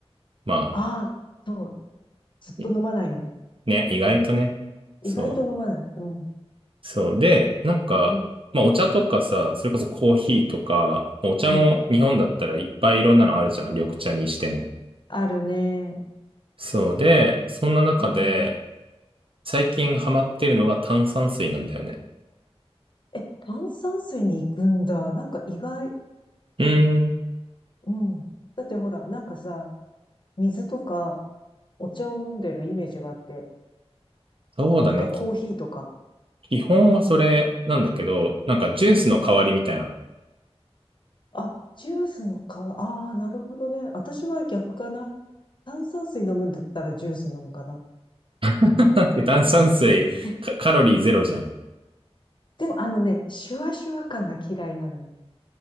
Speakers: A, on the right (about 55°); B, on the left (about 45°).
A: まあ、
B: ああ、そう。ずっと飲まないよね。
A: いね、意外とね。
B: 意外と飲まない。
A: そう。
B: うん。
A: そう。で、なんか、
B: うん。
A: まあ、お茶とかさ、それこそコーヒーとか、お茶も日本だったらいっぱいいろんなのあるじゃん。
B: うん。
A: 緑茶にしても。
B: あるね。
A: そうで、そんな中で、
B: うん。
A: 最近ハマってるのが炭酸水なんだよね。
B: え、炭酸水に行くんだ。なんか意外。
A: うーん。
B: うん。だってほら、なんかさ、水とかお茶を飲んでるイメージがあって、
A: そうだね。
B: とかコーヒーとか。
A: 基本はそれなんだけど、なんかジュースの代わりみたいな。
B: うん。あ、ジュースの代わ、ああ、なるほどね。私は逆かな。炭酸水飲むんだったらジュース飲むかな。
A: <laughs> で炭酸水、
B: <laughs>
A: カカロリーゼロじゃん。
B: でもあのね、シュワシュワ感が嫌いなのよ。